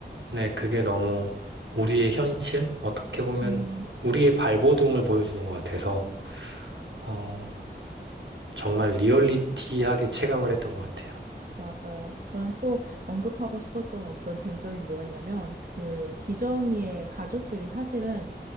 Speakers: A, on the right; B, on the right.
A: 네, 그게 너무 우리의 현실? 어떻게 보면
B: 음,
A: 우리의 발버둥을 보여주는 것 같아서, 어, 정말 리얼리티하게 체감을 했던 것 같아요.
B: 맞아요. 저는 또 언급하고 싶었던 어떤 쟁점이 뭐였냐면, 그 기정이의 가족들이 사실은